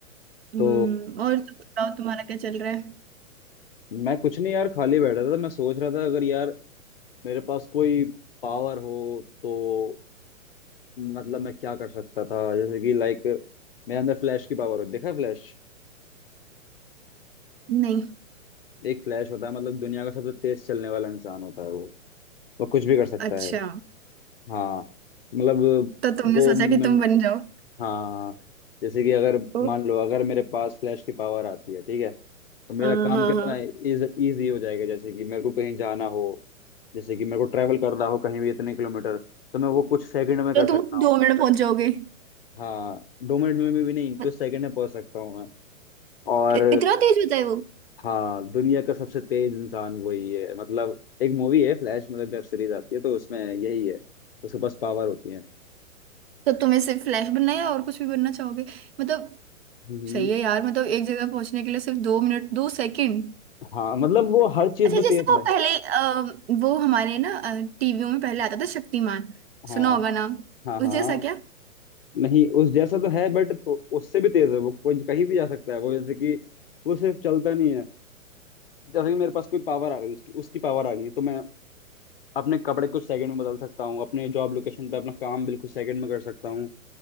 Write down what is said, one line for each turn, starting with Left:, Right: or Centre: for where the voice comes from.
Right: हम्म
Left: तो
Right: और तुम बताओ तुम्हारा क्या चल रहा है
Left: मैं कुछ नहीं यार खाली बैठा था मैं सोच रहा था अगर यार मेरे पास कोई पावर हो तो मतलब मैं क्या कर सकता था जैसे कि लाइक मेरे अंदर फ्लैश की पावर हो देखा फ्लैश
Right: नहीं
Left: एक फ्लैश होता है मतलब दुनिया का सबसे तेज चलने वाला इंसान होता है वो वो कुछ भी कर सकता
Right: अच्छा
Left: है हाँ मतलब
Right: तो तुमने
Left: वो
Right: सोचा
Left: मैं
Right: कि तुम बन जाओ
Left: हाँ जैसे कि अगर
Right: ओ,
Left: मान लो अगर मेरे पास फ्लैश की पावर आती है ठीक है तो मेरा
Right: हाँ
Left: काम
Right: हाँ
Left: कितना
Right: हाँ
Left: इज इजी हो जाएगा जैसे कि मेरे को कहीं जाना हो जैसे कि मेरे को ट्रैवल करना हो कहीं भी इतने किलोमीटर तो मैं वो कुछ सेकंड में कर
Right: तो
Left: सकता
Right: तुम
Left: हूँ
Right: दो मिनट में पहुंच जाओगे
Left: हाँ दो मिनट में भी, भी नहीं कुछ
Right: मत-
Left: सेकंड में पहुंच सकता हूँ मैं और
Right: इ- इतना तेज होता है वो
Left: हाँ दुनिया का सबसे तेज इंसान वही है मतलब एक मूवी है फ्लैश मतलब वेब सीरीज आती है तो उसमें यही है उसके पास पावर होती है
Right: तो तुम्हें सिर्फ फ्लैश बनना है या और कुछ भी बनना चाहोगे मतलब
Left: हम्म
Right: सही है यार मतलब एक जगह पहुंचने के लिए सिर्फ दो मिनट दो सेकंड
Left: हाँ मतलब वो हर चीज
Right: अच्छा
Left: में
Right: जैसे
Left: तेज
Right: वो
Left: है
Right: पहले अ, वो हमारे ना टीवियों में पहले आता था शक्तिमान
Left: हाँ
Right: सुना होगा नाम
Left: हाँ
Right: उस
Left: हाँ
Right: जैसा क्या
Left: नहीं उस जैसा तो है बट तो उससे भी तेज है वो कोई कहीं भी जा सकता है वो जैसे कि वो सिर्फ चलता नहीं है जैसे कि मेरे पास कोई पावर आ गई उसकी उसकी पावर आ गई तो मैं अपने कपड़े कुछ सेकंड में बदल सकता हूँ अपने जॉब लोकेशन पे अपना काम बिल्कुल सेकंड में कर सकता हूँ